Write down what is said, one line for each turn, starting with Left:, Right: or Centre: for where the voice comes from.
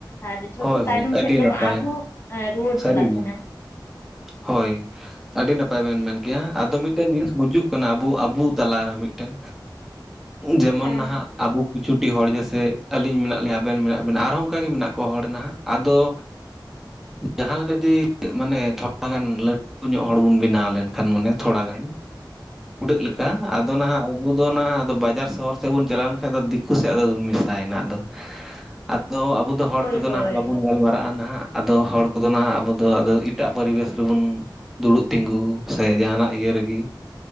Left: ᱟᱨ ᱡᱷᱚᱛᱚ
Centre: ᱦᱳᱭ ᱦᱳᱭ
Left: ᱛᱟᱭᱱᱚᱢ
Centre: ᱟᱹᱰᱤ
Left: ᱥᱮᱫ ᱜᱮᱵᱚᱱ
Centre: ᱱᱟᱯᱟᱭ
Left: ᱟᱨᱦᱚᱸ ᱨᱩᱣᱟᱹᱲ
Centre: ᱥᱟᱹᱨᱤᱜᱮ
Left: ᱪᱟᱞᱟᱜ ᱠᱟᱱᱟ
Centre: ᱦᱳᱭ ᱟᱹᱰᱤ ᱱᱟᱯᱟᱭ ᱵᱮᱱ ᱢᱮᱱ ᱠᱮᱭᱟ ᱟᱫᱚ ᱢᱤᱫᱴᱟᱝ ᱡᱤᱱᱤᱥ ᱵᱩᱡᱩᱜ ᱠᱟᱱᱟ ᱟᱵᱩ ᱟᱵᱩ ᱛᱟᱞᱟ ᱨᱮᱦᱚᱸ ᱢᱤᱫᱴᱮᱱ ᱡᱮᱢᱚᱱ
Left: ᱦᱮᱸ
Centre: ᱱᱟᱦᱟᱜ ᱟᱵᱚ ᱠᱤᱪᱷᱩᱰᱤ ᱦᱚᱲ ᱜᱮ ᱥᱮ ᱟᱹᱞᱤᱧ ᱢᱮᱱᱟᱜ ᱞᱤᱧ ᱟᱵᱮᱱ ᱢᱮᱱᱟᱜ ᱵᱮᱱᱟ ᱟᱨᱦᱚᱸ ᱚᱱᱠᱟᱜᱮ ᱢᱮᱱᱟᱜ ᱠᱚᱣᱟ ᱦᱚᱲ ᱱᱟᱦᱟᱜ ᱟᱫᱚ ᱡᱟᱦᱟᱸ ᱞᱮᱠᱟ ᱡᱩᱫᱤ ᱢᱟᱱᱮ ᱛᱷᱚᱲᱟ ᱜᱟᱱ ᱞᱟᱹᱴᱩ ᱧᱚᱜ ᱦᱚᱲ ᱵᱚᱱ ᱵᱮᱱᱟᱣ ᱞᱮᱱᱠᱷᱟᱱ ᱢᱟᱱᱮ ᱛᱷᱚᱲᱟ ᱜᱟᱱ
Left: ᱦᱩᱸ <unintelligible>
Centre: ᱩᱹᱰᱟᱜ ᱞᱮᱠᱟ ᱟᱫᱚ ᱱᱟᱦᱟᱜ ᱟᱵᱚ ᱫᱚ ᱟᱫᱚ ᱱᱟᱦᱟᱜ ᱵᱟᱡᱟᱨ ᱥᱚᱦᱚᱨ ᱥᱮᱫ ᱵᱚᱱ ᱪᱟᱞᱟᱣ ᱞᱮᱱᱠᱷᱟᱱ ᱫᱚ ᱫᱤᱠᱩ ᱥᱮᱫ ᱟᱫᱚᱵᱚᱱ ᱢᱮᱥᱟᱭ ᱱᱟ ᱟᱫᱚ ᱟᱫᱚ ᱟᱵᱚ ᱫᱚ ᱦᱚᱲ
Left: ᱦᱳᱭ
Centre: ᱛᱮᱫᱚ
Left: ᱦᱳᱭ
Centre: ᱱᱟᱦᱟᱜ ᱵᱟᱵᱚᱱ ᱜᱟᱞ ᱢᱟᱨᱟᱜ-ᱟ ᱱᱟᱦᱟᱜ ᱟᱫᱚ ᱦᱚᱲ ᱠᱚᱫᱚ ᱱᱟᱜ ᱟᱵᱚ ᱫᱚ ᱮᱴᱟᱜ ᱯᱚᱨᱤᱵᱮᱥ ᱨᱮᱵᱚᱱ ᱫᱩᱲᱩᱵ ᱛᱤᱸᱜᱩ ᱥᱮ ᱡᱟᱦᱟ ᱱᱟᱜ ᱤᱭᱟᱹ ᱨᱮᱜᱮ